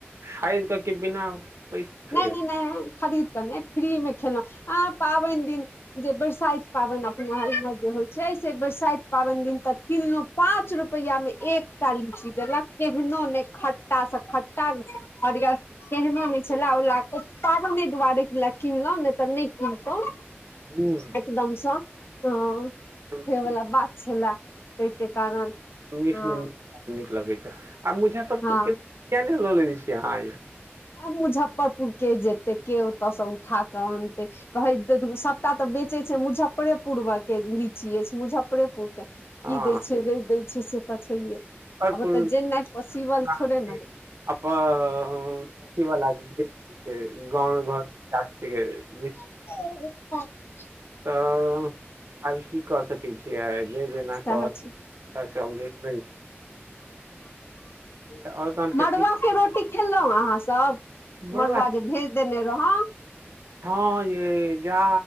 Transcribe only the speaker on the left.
नहि
नहि नहि खरीद क नै फ्री मे खेलहुँ आ पाबनि दिन जे बरसाइत पाबनि अपना आरीमे जे होइ छै से बरसाइत पाबनि दिन त कहलहुं पाँच रुपैया मे एकटा लीची देलक केहनो नहि खट्टा सँ खट्टा हरियर केहने नहि छले ओइलि <unintelligible> पाबने दुआरे ले किनलहुं नहि तऽ नहि किनतहुं
एकदम सऽ हँ
से वला बात छलए ताहिके कारण
हँ
हँ
आ मुजफ्फरपुर के जेतै के ओतयसँ उठा कऽ अनतै कहै <unintelligible> दे सभटा तऽ बेचै छै मुजफ्फरेपुर के लीची अछि मुजफ्फरेपुर के की
दै छै नै दै छै से तऽ छैहे
आब ओतऽ
जेनाइ पॉसिबल थोड़े ने
त <unintelligible>
सएह
छै
मड़ुआ
के रोटी खेलहुँ अहाँ सब
मड़ुआ जे भेज देने रहौं